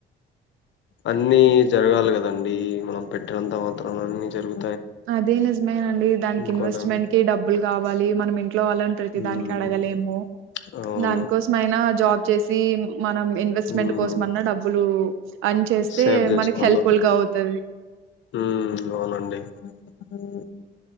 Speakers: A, on the left; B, on the right.
A: అన్నీ జరగాలి కదండీ. మనం పెట్టినంత మాత్రన అన్ని జరుగ్
B: అదే నిజమేనండి. దానికి
A: అనుకోలేం
B: ఇన్వెస్ట్మెంట్ కి డబ్బులు కావాలి. మనం ఇం ంట్లో వాళ్ళని ప్రతిదానికి
A: మ్
B: అడగలేము.
A: అవును
B: దానికోసం అయినా జాబ్ చ్చేసి మనం ఇన్వెస్ట్మెంట్
A: మ్
B: కోసంమన్నా డబ్బులు అర్న్ చేస్తే
A: సేవ్ చేసుకోల
B: మనకి హెల్ప్ఫుల్ గా అవుతది
A: ఉ అవునండి. అ